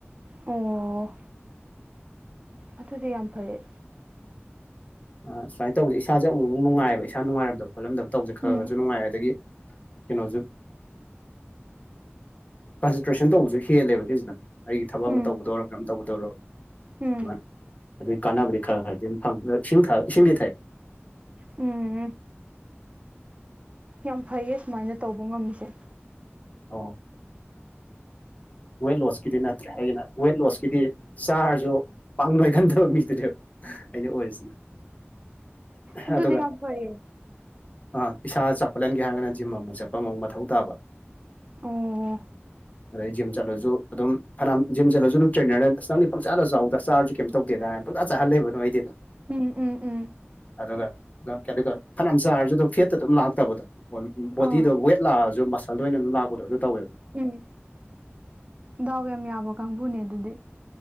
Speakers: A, on the right (about 30°); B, on the left (about 35°).
A: ꯑꯣ ꯑꯗꯨꯗꯤ ꯌꯥꯝ ꯐꯩꯌꯦ
B: ꯑ ꯁꯨꯃꯥꯏꯅ ꯇꯧꯕꯁꯦ ꯏꯁꯥꯁꯦ ꯑꯃꯨꯛ ꯅꯨꯡꯉꯥꯏꯕ ꯏꯁꯥ ꯅꯨꯡꯉꯥꯏꯔꯝꯗꯕ ꯈꯣꯠꯂꯝꯗꯕ ꯇꯧꯁꯦ ꯈꯔꯒꯁꯨ
A: ꯎꯝ
B: ꯅꯨꯡꯉꯥꯏ ꯑꯗꯒꯤ ꯀꯩꯅꯣꯁꯦ ꯀꯟꯁꯦꯟꯇ꯭ꯔꯦꯁꯟ ꯇꯧꯕꯁꯨ ꯍꯦꯜꯂꯦꯕ ꯁꯤꯁꯤꯅ ꯑꯩꯒꯤ ꯊꯕꯛ
A: ꯎꯝ
B: ꯑꯃ ꯇꯧꯗꯧꯔꯣ ꯀꯔꯝ ꯇꯧꯗꯧꯔꯣ
A: ꯎꯝ
B: ꯑꯗꯨ ꯑꯗꯨꯒꯤ ꯀꯥꯟꯅꯕꯗꯤ ꯈꯔ ꯈꯔꯗꯤ ꯑꯗꯨꯝ ꯐꯪꯉꯤ ꯏꯁꯤꯡ ꯏꯁꯤꯡꯗꯤ ꯊꯥꯏ
A: ꯎꯝ ꯌꯥꯝ ꯐꯩꯌꯦ ꯁꯨꯃꯥꯏꯅ ꯇꯧꯕ ꯉꯝꯃꯤꯁꯦ
B: ꯑ ꯋꯦꯠ ꯂꯣꯁꯀꯤꯗꯤ ꯅꯠꯇ꯭ꯔꯦ ꯍꯥꯏꯗꯅ ꯋꯦꯠ ꯂꯣꯁꯀꯤꯗꯤ ꯆꯥꯔꯁꯨ ꯄꯥꯡꯂꯣꯏꯒꯟꯗꯕ ꯃꯤꯗꯨꯅꯦꯕ ꯑꯩꯅ ꯑꯣꯏꯔꯤꯁꯤꯅ
A: ꯑꯗꯨꯗꯤ
B: ꯑꯗꯨꯒ
A: ꯌꯥꯝ ꯐꯩꯌꯦ
B: ꯑ ꯏꯁꯥ ꯆꯥꯎꯈꯠꯍꯟꯒꯦ ꯍꯥꯏꯔꯒꯅ ꯖꯤꯝ ꯑꯃꯨꯛ ꯆꯠꯄ ꯑꯃꯨꯛ ꯃꯊꯧ ꯇꯥꯕ
A: ꯑꯣ
B: ꯔ ꯆꯠꯂꯁꯨ ꯑꯗꯨꯝ ꯐꯅꯌꯥꯝ ꯖꯤꯝ ꯆꯠꯂꯁꯨ ꯑꯗꯨꯝ ꯇ꯭ꯔꯦꯅꯔꯗ ꯄꯖꯥꯗ ꯆ ꯆꯥꯎꯗ ꯆꯥꯔꯁꯨ ꯀꯩꯇ ꯇꯧꯗꯦꯗ ꯍꯥꯏ ꯆꯆꯥꯍꯜ ꯂꯩꯕ ꯑꯗꯨꯣ ꯑꯩꯗꯤ ꯑꯗꯨꯝ
A: ꯎꯝ ꯎꯝ ꯎꯝ
B: ꯑꯗꯨꯒ ꯑꯗꯨꯒ ꯐꯅꯌꯥꯝ ꯆꯥꯔꯁꯨ ꯑꯗꯨꯝ ꯐꯦꯠꯇ ꯑꯗꯨꯝ ꯂꯥꯛꯇꯕꯗꯣ ꯑꯣ ꯕꯣꯗꯤꯗꯣ
A: ꯑꯥ
B: ꯋꯦꯠ ꯂꯥꯛꯑꯁꯨ ꯃꯁꯜꯗ ꯑꯣꯏꯅ ꯑꯗꯨꯝ ꯂꯥꯛꯄꯗꯣ ꯑꯗꯨ ꯇꯧꯋꯦꯕ
A: ꯎꯝ ꯗꯥꯎ ꯌꯥꯝ ꯌꯥꯕ ꯀꯥꯡꯕꯨꯅꯦ ꯑꯗꯨꯗꯤ